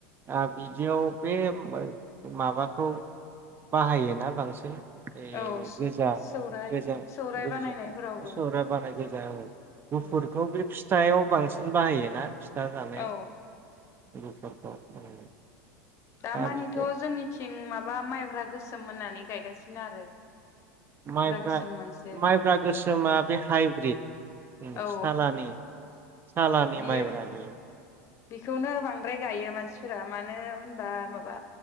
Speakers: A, on the right; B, on the left.
A: ओ बिदियाव बे मो माबाखौ बाहायो ना बांसिन ए
B: औ
A: गोजा
B: सौराइ
A: गोजों
B: सौराइ
A: दैजों
B: बानायनायफोरावबो
A: सौराय बानायगो <unintelligible> गुफुरखौ
B: औ
A: बे फिथ थायाव बांसिन बाहायो ना फि था जानायाव
B: औ
A: <unintelligible>
B: दामानिथ
A: बेखौ
B: जोंनिथिं माबा माइब्रा। गोसोम मोननानै गायगासिनो आरो।
A: माइब्रा
B: गोसोम मोनसे
A: माइब्रा गोसोमा बे हाइब्रिद उम
B: औ
A: सालानि। सालानि
B: बियो
A: मायब्रा बे।
B: बेखौनो बांद्राय गायो मानसिफोरा मानो होनबा माबा